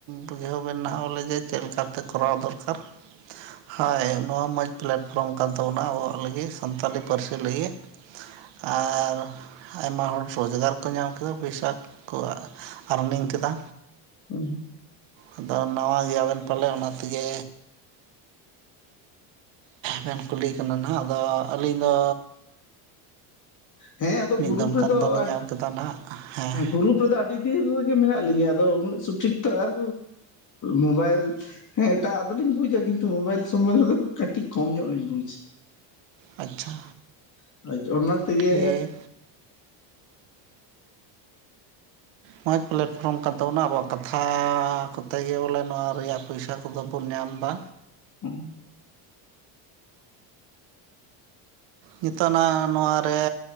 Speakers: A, on the right; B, on the left.
A: ᱵᱩᱡᱷᱟᱹᱣ ᱵᱮᱱ ᱱᱟᱦᱟᱜ ᱵᱚᱞᱮ ᱡᱮ ᱪᱮᱫ ᱞᱮᱠᱟᱛᱮ ᱠᱚᱨᱟᱣ ᱫᱚᱨᱠᱟᱨ᱾ ᱦᱳᱭ ᱱᱚᱣᱟ ᱢᱚᱡᱽ ᱯᱞᱟᱴᱯᱷᱨᱚᱢ ᱠᱟᱱ ᱛᱟᱵᱚᱱᱟ ᱟᱵᱚᱣᱟᱜ ᱞᱟᱹᱜᱤᱜ ᱥᱟᱱᱛᱟᱞᱤ ᱯᱟᱹᱨᱥᱤ ᱞᱟᱹᱜᱤᱜ᱾ ᱟᱨ ᱟᱭᱢᱟ ᱦᱚᱲ ᱨᱳᱡᱽ ᱜᱟᱨ ᱠᱚ ᱧᱟᱢ ᱠᱮᱫᱟ, ᱯᱚᱭᱥᱟ ᱠᱚ ᱟᱨᱱᱤᱝ ᱠᱮᱫᱟ᱾
B: ᱩᱸ ᱦᱩᱸ
A: ᱟᱫᱚ ᱱᱟᱣᱟ ᱜᱮᱭᱟ ᱵᱮᱱ ᱯᱟᱞᱮ ᱚᱱᱟ ᱛᱮᱜᱮ ᱵᱮᱱ ᱠᱩᱞᱤ ᱠᱟᱱᱟ ᱱᱟᱦᱟᱜ, ᱟᱫᱚ ᱟᱹᱞᱤᱧ ᱫᱚ
B: ᱦᱮᱸ ᱟᱫᱚ
A: ᱢᱤᱫ
B: ᱜᱩᱨᱩᱯ
A: ᱫᱚᱢ
B: ᱨᱮᱫᱚ
A: ᱜᱟᱱ ᱫᱚᱞᱤᱧ
B: ᱟᱹᱰ,
A: ᱧᱟᱢ ᱠᱮᱫᱟ ᱱᱟᱦᱟᱜ ᱦᱮᱸ
B: ᱜᱩᱨᱩᱯ ᱨᱮᱫᱚ ᱟᱹᱰᱤ ᱰᱷᱤᱨ ᱨᱮᱜᱮ ᱢᱮᱱᱟᱜ ᱞᱤᱧᱟᱹ ᱟᱫᱚ ᱩᱱᱟᱹᱜ ᱥᱚᱴᱷᱤᱠ ᱛᱚ ᱟᱨ ᱢᱳᱵᱟᱭᱮᱞ ᱦᱮᱸ ᱮᱴᱟᱜ ᱫᱚᱞᱤᱧ ᱵᱩᱡᱟ ᱠᱤᱱᱛᱩ ᱢᱳᱵᱟᱭᱤᱞ ᱥᱚᱸᱵᱟᱭᱤᱞ ᱨᱮ ᱫᱚ ᱠᱟᱹᱴᱤᱡ ᱠᱚᱢ ᱧᱚᱜ ᱞᱤᱧ ᱵᱩᱡᱟ᱾
A: ᱟᱪᱪᱷᱟ᱾
B: <unintelligible> ᱚᱱᱟ ᱛᱮᱜᱮ,
A: ᱴᱷᱤᱠ ᱢᱚᱡᱽ ᱯᱞᱮᱴᱯᱷᱨᱚᱢ ᱠᱟᱱ ᱛᱟᱵᱚᱱᱟ, ᱟᱵᱚᱣᱟᱜ ᱠᱟᱛᱷᱟ ᱠᱚᱛᱮ ᱜᱮ ᱵᱚᱞᱮ ᱱᱚᱣᱟ ᱨᱮᱭᱟᱜ ᱯᱚᱭᱥᱟ ᱠᱚᱫᱚ ᱵᱚᱱ ᱧᱟᱢᱫᱟ᱾
B: ᱦᱩᱸ
A: ᱱᱤᱛᱚᱜ ᱱᱟᱦᱟᱜ ᱱᱚᱣᱟ ᱨᱮ